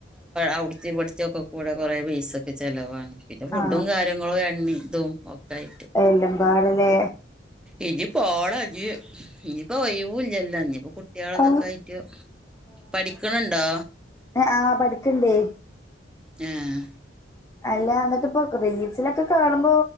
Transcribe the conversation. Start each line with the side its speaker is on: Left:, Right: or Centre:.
Centre: അവിട്ത്തിം ഇവിടൊക്കെകൂടെ കുറേ പൈസക്ക് ച്ചെലവാണ് പിന്നെ ഫുഡും
Left: ആ
Centre: കാര്യങ്ങളും നിങ്ങൾ എണ്ണിമ് തും ഒക്ക ആയിട്ട്
Left: എല്ലമ്പാടെലെ
Centre: ഇനി പോണ ഞ്ഞി ഇനി ഓയ് വൂല്ലല്ലോ ഇനിപ്പോ കുട്ട്യാളതക്കയിട്ട്
Left: ആ
Centre: പഠിക്ക്ണ് ണ്ടോ
Left: ഏഹ് ആഹ് പഠിക്ക്ണ്ടേയ്
Centre: ഏഹ്
Left: അല്ല ന്നിട്ട് പ്പൊ റീൽസിലൊക്കെ കാണുമ്പോ